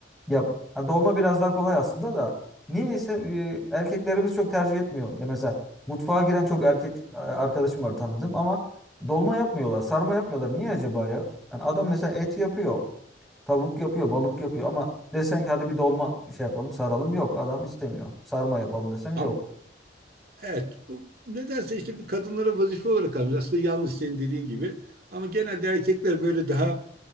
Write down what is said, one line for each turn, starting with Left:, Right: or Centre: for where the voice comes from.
Centre: yap. Ha, dolma biraz daha kolay aslında da. Niyeyse e, erkeklerimiz çok tercih etmiyor. Ya mesela mutfağa giren çok erkek e, arkadaşım var tanıdığım ama dolma yapmıyorlar, sarma yapmıyorlar. Niye acaba ya? Yani adam mesela et yapıyor. Tavuk yapıyor, balık yapıyor ama desen ki hadi bir dolma şey yapalım, saralım. Yok, adam istemiyor. Sarma yapalım desem
Right: Ama
Centre: yok.
Right: evet, bu nedense işte bir kadınlara vazife olarak almış. Aslında yanlış senin dediğin gibi. Ama genelde erkekler böyle daha